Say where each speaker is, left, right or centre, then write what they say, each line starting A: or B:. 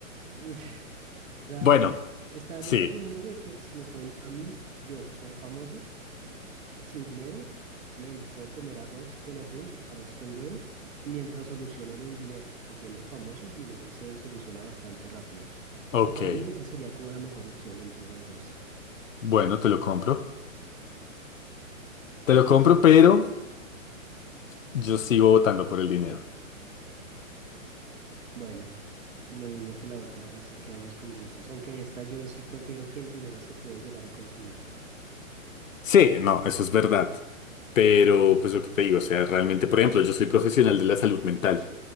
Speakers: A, on the right; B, on the left.
A: <laughs> O sea,
B: Bueno,
A: estamos
B: sí,
A: asumiendo de que si me ponen a mí, yo, ser famoso, sin dinero, men, puedo comer arroz con atún, arroz con huevo, mientras soluciono lo del dinero, que siendo famoso el dinero se soluciona bastante rápido. O
B: ok,
A: sea, para mí esa sería como la mejor opción entre esas dos.
B: bueno, te lo compro. Te
A: Porque
B: lo compro,
A: sí.
B: pero yo sigo votando por el dinero.
A: Bueno, lo mismo que la otra, así quedamos con gustos. Aunque en esta yo sí prefiero que el dinero se puede llegar a conseguir.
B: Sí, no, eso es verdad. Pero, pues lo que te digo, o sea, realmente, por ejemplo, yo soy profesional de la salud mental.